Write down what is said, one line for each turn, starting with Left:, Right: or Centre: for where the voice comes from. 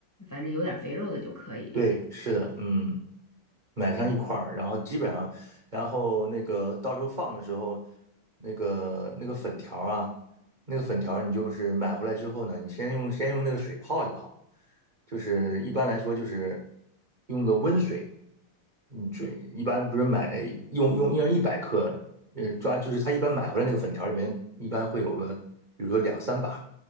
Left: 反正有点肥肉的就可以。
Right: 对，是的，嗯。买上一块儿，然后基本上，然后那个到时候放的时候，那个那个粉条儿啊，那个粉条儿你就是买回来之后呢，你先用先用那个水泡一泡，就是一般来说就是用个温水，你准一般不是买用用用一百克，呃，抓就是他一般买回来那个粉条里边一般会有个，比如说两三把，